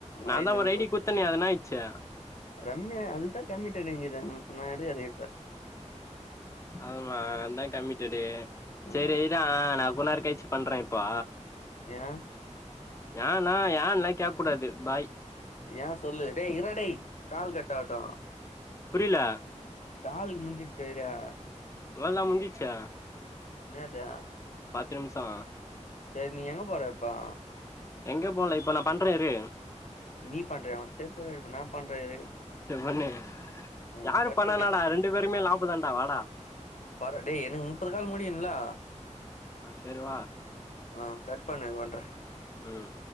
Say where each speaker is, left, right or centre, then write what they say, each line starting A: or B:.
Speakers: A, on the left; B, on the left.
A: வயல
B: நா தா
A: இருந்து
B: ஒரு ஐ
A: பசங்
B: டி குத்தனே அது என்னாயிச்சு
A: ரம்யா அதுதா கெம்பிடேனே <unintelligible>
B: ஆமா அண்ணே கம்மிடடு
A: ஆ
B: செரி இரே நா கொன்நேரெக் கேச்சி பண்றே இப்போ
A: ஏ
B: யானா யன் என்ன கேக் கூடாது பாய்
A: ஏ சொல்லு டே இர்டா டே கால் கட்ட ஆகட்டு
B: புரியல
A: தாலுக்கு முடுஞ்சுட்டேரியா
B: அவளோ தா முஞ்சிச்சா
A: என்னதா
B: பாத்து நிமிஷோ
A: செரி நீ எங்க போறப்போ
B: எங்க போல இப்ப நா பண்றே இரு
A: நீ பண்றயா அவன செருப்பாலடிப்பே நா பண்றே இரு
B: சரி பண்ணு
A: ஆ
B: யாரு
A: கட்
B: பண்ணா
A: பண்ணு
B: என்னடா ரெண்டு பேருமே லாபோதாடா வாடா
A: பார்ட டே எனக்கு முப்பது கால் முடியனுலே
B: ஆ சேரி வா
A: ஆ கட் பண்ணு பண்றே
B: ம்